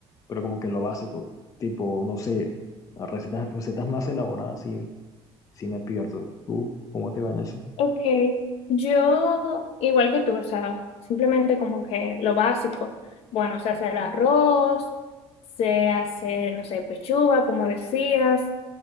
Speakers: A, on the left; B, on the left.
A: Pero como que lo básico, tipo, no sé, las recetas, recetas más elaboradas sí, sí me pierdo. ¿Tú cómo te va en eso?
B: Ok, yo igual que tú, o sea, simplemente como que lo básico. Bueno, se hace el arroz, se hace, no sé, pechuga, como decías.